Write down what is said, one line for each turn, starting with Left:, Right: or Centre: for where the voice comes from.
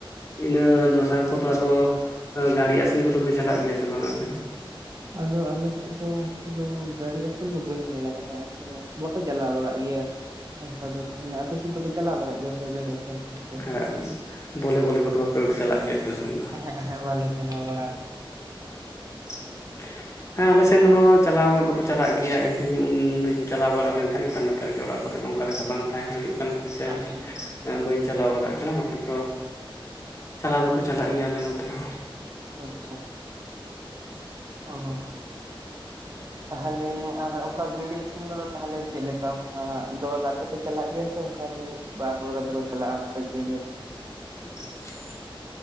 Left: ᱤᱱᱟᱹ ᱫᱚᱥᱼᱼ ᱥᱟᱨ ᱠᱚᱫᱚ ᱟᱫᱚ, ᱮ ᱜᱟᱹᱬᱤ ᱟᱥᱮᱱ ᱠᱚᱫᱚ ᱯᱮ ᱪᱟᱞᱟᱜ ᱜᱮᱭᱟ ᱥᱮ ᱵᱟᱝ ᱟᱯᱮ ᱫᱚ?
Right: ᱟᱫᱚ ᱟᱞᱮ ᱥᱮᱫ ᱫᱚ ᱚᱱᱠᱟ ᱫᱚ ᱜᱟᱺᱬᱤ ᱟᱥᱮᱱ ᱫᱚ ᱵᱟᱹᱧ ᱧᱮᱞ ᱟᱠᱟᱫᱟ, ᱟᱫᱚ ᱵᱟᱠᱚ ᱪᱟᱞᱟᱣ ᱵᱟᱲᱟᱜ ᱜᱮᱭᱟ
Left: ᱦ
Right: ᱾
Left: <inaudible>
Right: ᱚᱱᱠᱟ ᱫᱚ ᱛᱟᱦᱚᱞᱮ ᱟᱯᱮ ᱥᱮᱫ ᱫᱚᱯᱮ ᱪᱟᱞᱟᱣ ᱵᱟᱲᱟᱜ ᱜᱮᱭᱟ ᱚᱱᱠᱟ ᱜᱟᱺᱬᱤ ᱟᱥᱮᱱ ᱠᱚ ᱥᱮᱱ?
Left: ᱟᱨᱼᱼ ᱵᱚᱞᱮ ᱵᱚᱞᱮ ᱠᱚᱫᱚ ᱵᱟᱯᱮ ᱩᱰ ᱪᱟᱞᱟᱜ ᱜᱮᱭᱟ? ᱟᱯᱮ ᱥᱮᱱ ᱫᱚ
Right: ᱚᱹᱦᱚᱜ ᱚᱦᱚᱸᱜ ᱵᱟᱞᱮ ᱪᱟᱞᱟᱣ ᱵᱟᱲᱟᱜᱼᱟ ᱾
Left: <inaudible> ᱦᱮᱸ ᱟᱞᱮ ᱥᱮᱱ ᱦᱚᱸ ᱪᱟᱞᱟᱣ ᱫᱚᱠᱚ ᱪᱟᱞᱟᱜ ᱜᱮᱭᱟ, ᱤᱧ ᱦᱚᱸᱧ ᱩᱱ ᱫᱚᱧ ᱪᱟᱞᱟᱣ ᱵᱟᱲᱟ ᱞᱮᱱ ᱛᱟᱦᱮᱸᱱ ᱱᱮᱛᱟᱨ <unintelligible> ᱱᱮᱛᱟᱨ ᱜᱮ ᱚᱲᱟᱜ ᱠᱚᱨᱮ ᱫᱚ ᱚᱱᱠᱟ ᱞᱮᱠᱟ ᱵᱟᱝ ᱛᱟᱦᱮᱸᱱ ᱦᱩᱭᱩᱜ ᱠᱟᱱ ᱠᱷᱟᱹᱛᱤᱨ ᱛᱮ,
Right: ᱟᱪᱪᱷᱟ
Left: ᱮᱱ ᱵᱟᱹᱧᱼᱼ ᱪᱟᱞᱟᱣ ᱵᱟᱲᱟᱜ ᱠᱟᱱᱟ ᱵᱟᱠᱷᱟᱱ ᱫᱚ, ᱪᱟᱞᱟᱣ ᱫᱚᱠᱚ ᱪᱟᱞᱟᱜ ᱜᱮᱭᱟ ᱟᱞᱮ ᱱᱚᱛᱮ ᱦᱚᱸ ᱾
Right: ᱟᱪᱪᱷᱟ ᱚᱦᱚᱼᱼ ᱛᱟᱦᱚᱞᱮ ᱟᱨ ᱚᱱᱠᱟ ᱜᱟᱺᱬᱤ ᱟᱥᱮᱱ ᱠᱚᱫᱚ ᱛᱟᱦᱚᱞᱮ ᱪᱮᱫ ᱞᱮᱠᱟ? ᱚᱱᱠᱟ ᱫᱚᱞᱟᱛᱮᱼᱼ ᱨᱮᱯᱮ ᱪᱟᱞᱟᱜ ᱜᱮᱭᱟ, ᱥᱮ ᱚᱱᱠᱟ ᱢᱤᱫ ᱵᱟᱨ ᱦᱚᱲ ᱠᱟᱛᱮ ᱠᱚ ᱪᱟᱞᱟᱜᱼᱟ ᱚᱱᱠᱟ ᱜᱟᱺᱬᱤ ᱟᱥᱮᱱ ᱠᱚ?
Left: <unintelligible>